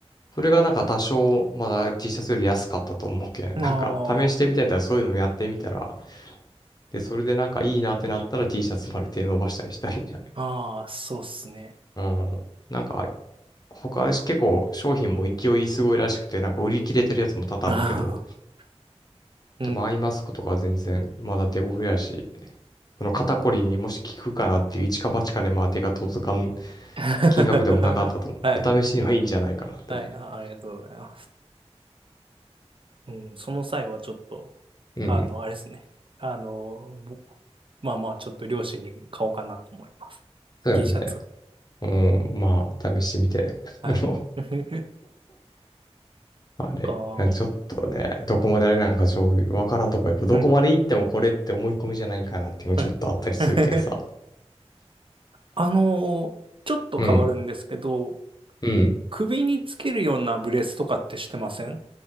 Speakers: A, on the left; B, on the right.
A: それがなんか多少まだ T シャツより安かったと思うけん。
B: あー
A: なんか試してみてんだらそういうのもやってみたら、で、それでなんかいいなってなったら T シャツまで手伸ばしたりしたりいんじゃ
B: あー、そうっすね。
A: ないうん。なんか、他結構商品も勢いすごいらしくて、なんか売り切れてるやつも多々あるけど、
B: <laughs> ああうん。
A: 多分アイマスクとかは全然まだ手頃やし、その肩こりにもし効くかなっていう一か八かでまあ手が届かん
B: <laughs>
A: 金額でもなかったと思う。
B: はい、
A: お試しにはいいんじゃないかなって
B: はい、あ、ありがとうございます。うん、その際はちょっと、
A: 思う。
B: あの、
A: うん。
B: あれですね。あの、ぼまあまあ、ちょっと両親に買おうかなと思います。
A: そうやね。
B: T シャツを。
A: うん。まあ、試してみて。<laughs>
B: はい。
A: あの、
B: <laughs>
A: まあれ、
B: か、は
A: ちょっとね、どこまであれなんかちょ、わからんとこ、やっぱどこまで行ってもこれって思い込みじゃないかなっていうのちょっとあったりするけんさ。
B: い、はい。<laughs> あのーちょっと変わるんですけど、
A: うん、うん。
B: 首につけるようなブレスとかってしてません